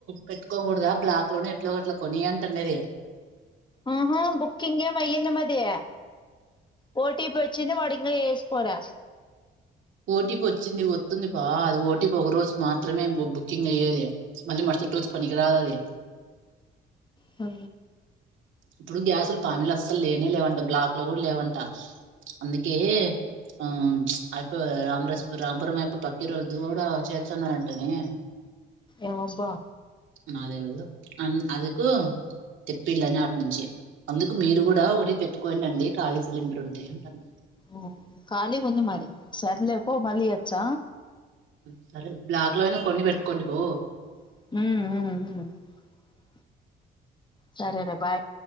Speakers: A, on the right; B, on the left.
A: పెట్టుకోకూడదా బ్లాక్ లోనే ఎట్లో అట్లా కొని అంటంనేది.
B: ఆ హో బుక్కింగ్ ఏమో అయింది మాది ఓ టి పి వచ్చింది వాడింగ వేసిపోలా
A: ఓటీపీ వచ్చింది వత్తుంది పా అది ఓటీపీ ఒక రోజు మాత్రమే బు బుకింగ్ అయ్యేది. మళ్లి మరుసటి రోజు పనికిరాదు అది
B: హ
A: ఇప్పుడు గ్యాసులు పామిల్లో అస్సలు లేనే లేవంట బ్లాక్ లో కూడా లేవంట అందుకే. ఆ అయిపో రాంరాజుపూర్ రాంపురం అయ్యప్ప పక్కిరోళది కూడా చెచ్చున్నారంటనే
B: ఏం అబ్బా
A: నాకు తెలవదు అన్ అందుకు చెప్పిల్ అ నాట్ నుంచే అందుకు మీరు కూడా ఒకటి పెట్టుకోండి అండి ఖాళీ సిలిండర్ ఉంటె అంటన్నా
B: ఉ కాలి గుంది మాది సర్లేపో మళ్ళీ ఏచ్చా
A: ఉ సరే బ్లాక్ లో అయినా కొన్ని పెట్టుకోండి బో
B: ఉమ్ సరే నే బాయ్